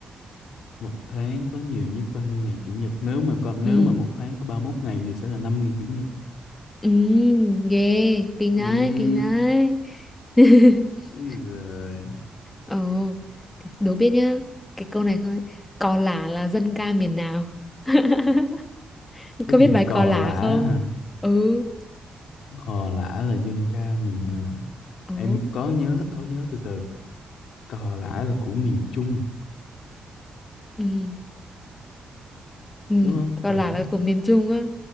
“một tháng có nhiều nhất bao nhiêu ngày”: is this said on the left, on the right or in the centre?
Left